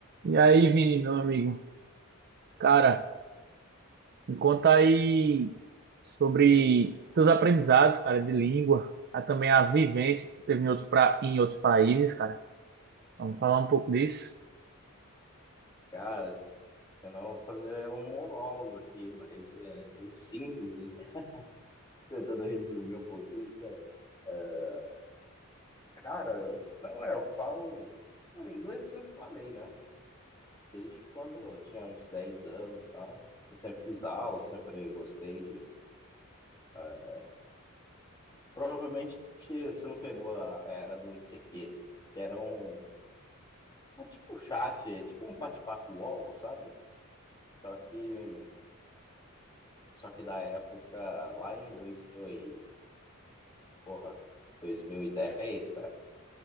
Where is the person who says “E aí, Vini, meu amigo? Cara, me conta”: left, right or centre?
Right